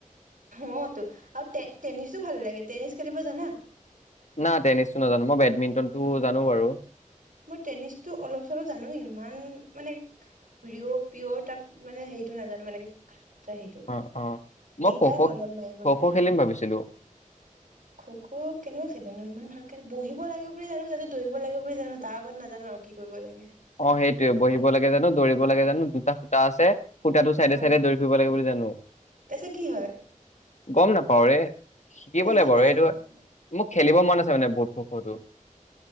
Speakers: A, on the right; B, on the left.
A: অতো আৰু টেনিছো ভাল লাগে, টেনিছ খেলিব জানা?
B: না টেনিছটো নাজানো মই বেডমিন্টনটো জানো বাৰু,
A: মই টেনিছটো অলপ চলপ জানো ইমান মানে প্ৰিয় পিয়ৰ টাইপ মানে হেৰিটো নাজানো মানে সেইটো
B: অ', অ', মই
A: দিগদাৰ
B: খ' খ'
A: হয় অলপ মাৰিবলৈ
B: খ' খ' খেলিম ভাবিছিলোঁ।
A: খ খ' কেনেকে খেলেনো ইমান ভালকে বহিব লাগে বুলি জানো তাতে দৌৰিব লাগে বুলি জানো। তাৰ আগত নাজানো আৰু কি কৰিব লাগে।
B: অ সেইটোৱে বহিব লাগে জানো দৌৰিব দ লাগে জানো দুটা খুতা আছে। খুটাটোৰ চাইদে
A: অ
B: চাইদে দৌৰি ফুৰিব লাগে বুলি জানো। অ
A: তাৰপিছত কি হয়?
B: গম নাপাওৰে। শিকিব লাগিবা
A: তাৰপিছত
B: আৰু এইটো মোক খেলিব মন আছে মানে। <unintelligible> কৰো